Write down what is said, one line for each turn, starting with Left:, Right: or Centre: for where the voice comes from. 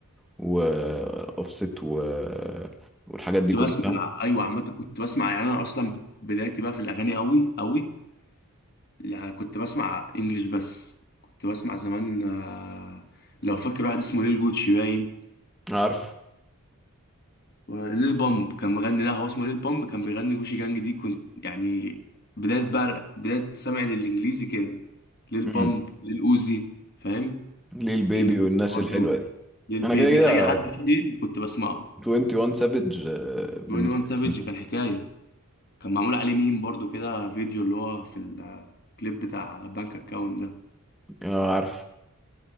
Centre: وأوفست و... والحاجات
Left: كنت
Centre: دي كلها
Left: بسمع ايوه عامه كنت بسمع يعني انا اصلا بدايتي بقى في الاغاني قوي قوي يعني كنت بسمع انجليش بس كنت بسمع زمان آه، لو فاكر واحد اسمه ليل جوتشي باين
Centre: عارفه
Left: ليل بامب كان مغني لا هو اسمه ليل بامب كان بيغني جوشي جانج دي كنت يعني بدايه بقى بدايه سمعي للانجليزي كده ليل
Centre: مم.
Left: بامب ليل اوزي فاهم
Centre: ليل بيبي
Left: كيني ويست
Centre: والناس
Left: برضه
Centre: الحلوة دي
Left: ليل
Centre: أنا
Left: بيبي
Centre: كده كده
Left: اي حد فيه ليل كنت بسمعه
Centre: 21 سافيج بالنسبة
Left: 21 سافيج
Centre: لي
Left: كان حكايه كان معمول عليه ميم برضو كده فيديو اللي هو في الكليب بتاع بنك اكاونت ده
Centre: اه عارف